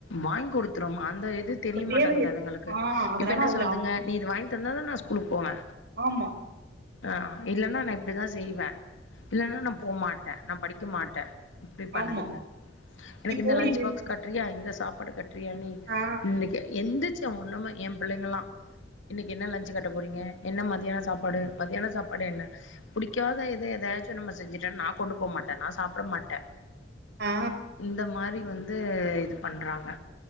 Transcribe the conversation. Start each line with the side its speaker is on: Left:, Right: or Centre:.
Left: வாங்கி குடுத்துருவோம் அந்த இது தெரியமாட்டேங்குது
Right: தேவை
Left: அதுங்களுக்கு
Right: ஆ அதனால
Left: இப்ப என்ன
Right: அதுல
Left: சொல்லுதுங்க
Right: அ-
Left: நீ இது வாங்கி தந்தாதா நா ஸ்கூலுக்கு போவே
Right: ஆமா
Left: ஆ இல்லனா நா இப்டித்தா செய்வே இல்லனா நா போமாட் ட நா படிக்க மாட்ட இப்டி பண்ணுதுங்க
Right: ஆமா
Left: எனக்கு
Right: இப்போ
Left: இந்த லஞ்ச்
Right: இது
Left: பாக்ஸ் கட்டுறியா இந்த சாப்பாடு கட்றியா நீ
Right: ஆ
Left: இன்னைக்கு எந்திச்ச ஒண்ணுமே ஏ பிள்ளைங்கல்லா இன்னைக்கி என்ன லஞ்சு கட்ட போறீங்க என்ன மதியானோ சாப்பாடு மதியானோ சாப்பாடு என்ன புடிக்காத எத எதயாச்சு நம்ம செஞ்சுட்டேன்னா நா‌ கொண்டு போ மாட்டே நா சாப்ட மாட்டே
Right: ஆ
Left: இந்த மாரி வந்து இது பண்றாங்க